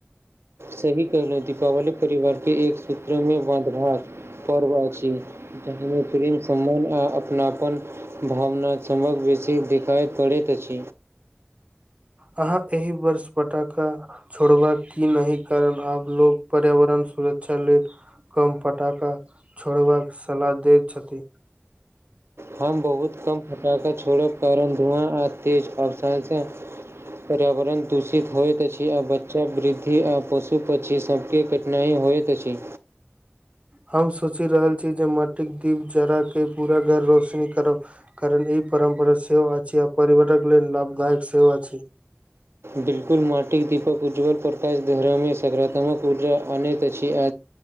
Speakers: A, on the right (about 85°); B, on the right (about 30°).
A: सही कहलहु दीपावली परिवार के एक सूत्र में बंधभाक पर्व अछ जखने प्रेम सम्मान आ अपनाप भावना सभक बेसी देखाइ पड़ैत अछ
B: अहाँ एहि बर्ष पटाक छोड़बा की नहि कारण आब लोग पर्यावरण सुरक्षा ले कम पटाखा छोड़बाक सलाह दैत छथि
A: हम बहुत कम फटााका छोड़ब कारण धुआँ आ तेज अवसानस पर्यावरण दूषित होइत अछि आ बच्चा वृद्धि आ पशु पक्षी सबक नहि होए तऽ छ
B: हम सोचि रहल छी जे माटिक दीप जराके पूरा घर रोशनी कर कारण ई परम्परा सेहो अछि आ परिवारक लेल लाभदायक सेहो अछ
A: बिल्कुल माटिक दीपक उज्ज्वल प्रकाश धरामे सकारात्मक ऊर्जा अनैत अछि